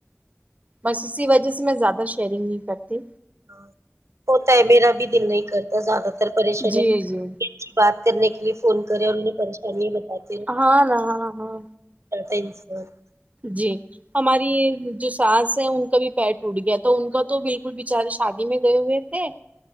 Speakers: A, on the right (about 30°); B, on the right (about 85°).
A: بس اسی وجہ سے میں زیادہ شیئرنگ نہیں کرتی
B: ہاں ہوتا ہے میرا بھی دل نہیں کرتا زیادہ تر پریشانی
A: جی جی
B: بات کرنے کے لیے فون کرے اور انہیں پریشانی بتاۓ
A: ہاں نا ہاں
B: <unintelligible>
A: جی ہماری جو ساس ہے ان کا بھی پیر ٹوٹ گیا تو ان کا تو بالکل بچارے شادی میں گئے ہوئے تھے